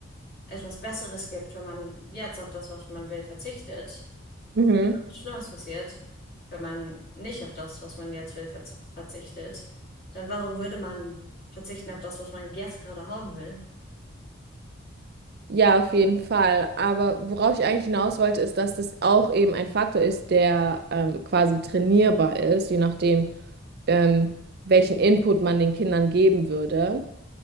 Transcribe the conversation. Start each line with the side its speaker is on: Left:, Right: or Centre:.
Left: etwas Besseres gibt, wenn man jetzt auf das, was man will, verzichtet,
Right: Mhm.
Left: Schlimmes passiert, wenn man nicht auf das, was man jetzt will, verz verzichtet, dann warum würde man verzichten auf das, was man jetzt gerade haben will?
Right: Ja, auf jeden Fall. Aber worauf ich eigentlich hinaus wollte, ist, dass das auch eben ein Faktor ist, der ähm, quasi trainierbar ist, je nachdem, ähm, welchen Input man den Kindern geben würde.